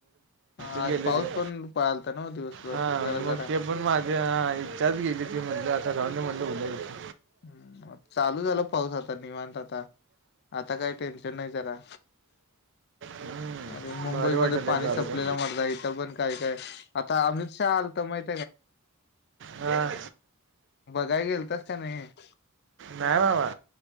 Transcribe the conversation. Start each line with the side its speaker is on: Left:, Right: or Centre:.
Left: आज
Right: <unintelligible> गेले
Left: पाऊस
Right: ते
Left: पण पळालता ना दिवसभर
Right: हा
Left: जरा जरा
Right: मग ते पण माझ्या आई <unintelligible> म्हणल आता राहुदे मधलं उदय येतो.
Left: हम्. चालू झाल पाऊस आता निवांत आता, आता काही टेन्शन नाही जरा.
Right: हम्म,
Left: अरे मुंबई
Right: भारी
Left: मध्ये
Right: वाटलं
Left: पाणी
Right: एक दादा
Left: संपलेला मरदा इथं पण काय काय आता अमित शा शाहा आलत ईथ माहित
Right: हां
Left: काय ईथ.
Right: नाही बाबा.